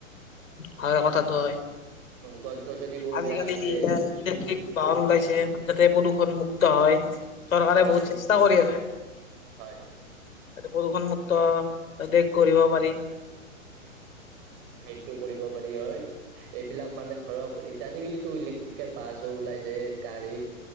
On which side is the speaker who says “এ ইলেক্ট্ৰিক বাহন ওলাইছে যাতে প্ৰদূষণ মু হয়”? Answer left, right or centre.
Left